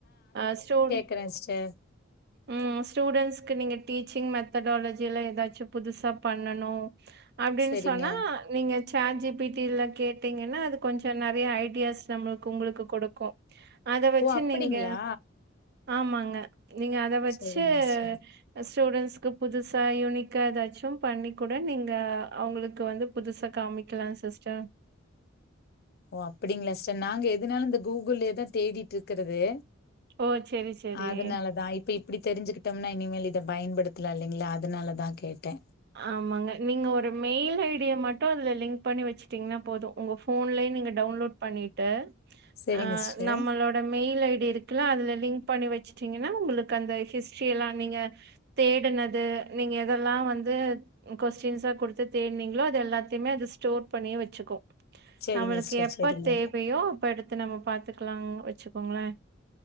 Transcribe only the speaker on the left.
வக்கறே சிஸ்டர்
சரிங்க.
ஓ அப்படிங்களா?
சரிங்க சிஸ்டர்.
ஓ அப்டிங்களா சிஸ்டர் நாங்க எதனாலு இந்த கூகுளயேதா தேடிட்ருக்கறது
அதனாலதா இப்ப இ ப்டி தெரிஞ்சுக்கிட்டோம்னா இனிமேல் இத பயன்படுத்தலா இல்லைங்களா அதனாலதா கேட்டே
சரிங்க
சிஸ்டர்.
சரிங்க
சிஸ்டர்
சரிங்க.